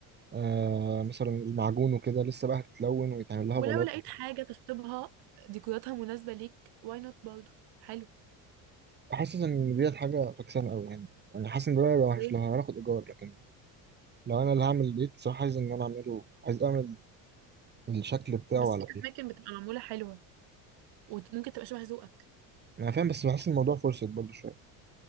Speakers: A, on the right; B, on the right.
A: آه مثلا المعجون وكده لسه بقى هتتلون ويتعمل لها
B: ولو
A: بلاط
B: لقيت
A: وكده
B: حاجه تشطيبها ديكوراتها مناسبه ليك واي نوت برضه حلو
A: حاسس إن ديت حاجة فكسانة أوي يعني يعني حاسس إن ده هيبقى وحش
B: ليه
A: لو هناخد إيجار لكن لو أنا اللي هعمل البيت صراحة عايز إن أنا أعمله عايز أعمل الشكل بتاعه
B: بس
A: على
B: في اماكن بتبقى معموله حلوه وممكن تبقى شبه ذوقك
A: انا فاهم بس بحس الموضوع فرصة برضو شويه